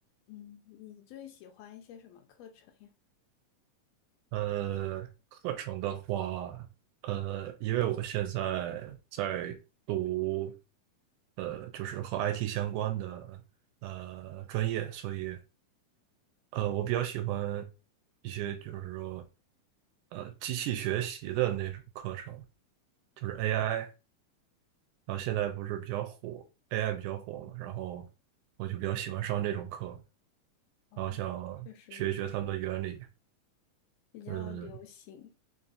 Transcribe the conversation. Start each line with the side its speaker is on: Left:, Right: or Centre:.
Left: 嗯，你最喜欢一些什么课程呀？
Right: 呃，课程的话，呃，因为我现在在读，呃，就是和 IT 相关的呃专业，所以呃，我比较喜欢一些就是说，呃，机器学习的那种课程，就是 AI，然后现在不是比较火，AI 比较火嘛，然后我就比较喜欢上这种课，
Left: 嗯，
Right: 然后想学一学他们的原理，
Left: 确实比较流行。
Right: 嗯，